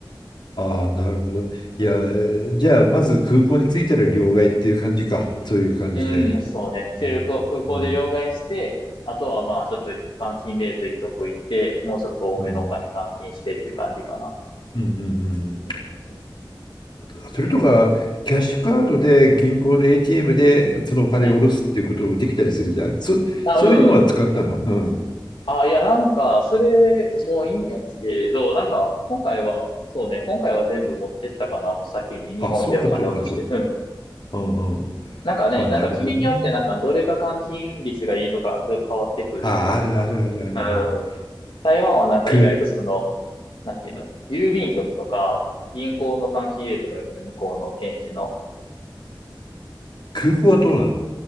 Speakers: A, on the left (about 65°); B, on the left (about 85°).
A: ああ、なるほど。いや、
B: うんうん。
A: えーじゃあ、まず空港に着いたら両替っていう感じか。そういう感じで。
B: うん、そうね。出力を空港で両替して、
A: うん。う
B: あとはまあ、ちょっと換金レートいいとこ行って、もうちょっと多めのお金換金してっていう感じかな。
A: んうんうんうんうん。
B: うん、うん。
A: あそれとか、キャッシュカードで銀行の ATM でそのお金を下ろすっていうこともできたりするじゃん。
B: うん
A: そ、
B: あ、
A: そういうのは使ったな。
B: うん。
A: うん。
B: あ、いや、なんか、それ、もういいんやけど、なんか、今回は、そうね、今回は全部持ってったかな、もう先に日本でお金下ろして。
A: あ、そうかそうかそうか。
B: うん。
A: うんうん。
B: なんかね、
A: あ、なるほどね。
B: なんか国によってなんか、どれが換金率がいいとか、変わってくるやんか。
A: あ、あるあるあるあるある。
B: うん。台湾はなんか意外とその、
A: 空、
B: なんていうの郵便局とか、銀行の関係とかよくて、向こうの現地の。
A: 空港はどうなの